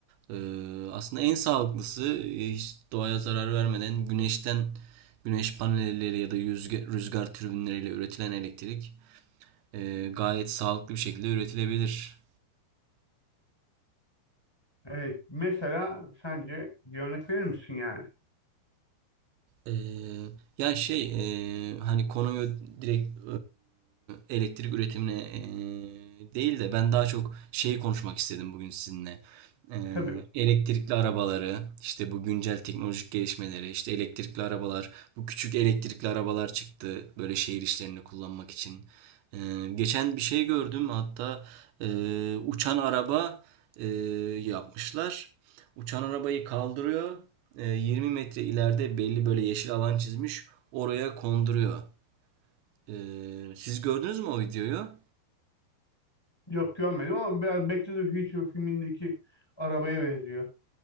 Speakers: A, on the right; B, in the centre.
A: Ee, aslında en sağlıklısı e, hiç doğaya zarar vermeden güneşten güneş panelleriyle ya da rüzgar, rüzgar türbinleriyle üretilen elektrik e, gayet sağlıklı bir şekilde üretilebilir.
B: Evet mesela sence bir örnek verir misin yani?
A: Ee, ya şey e, hani konuyu direkt e, elektrik üretimine e, değil de ben daha çok şeyi konuşmak istedim bugün sizinle. Ee,
B: Tabii.
A: elektrikli arabaları işte bu güncel teknolojik gelişmeleri işte elektrikli arabalar bu küçük elektrikli arabalar çıktı böyle şehir işlerinde kullanmak için. Ee, geçen bir şey gördüm hatta e, uçan araba e, yapmışlar. Uçan arabayı kaldırıyor e, 20 metre ileride belli böyle yeşil alan çizmiş. Oraya konduruyor. E, siz gördünüz mü o videoyu?
B: Yok görmedim ama biraz Back to the Future filmindeki arabaya benziyor.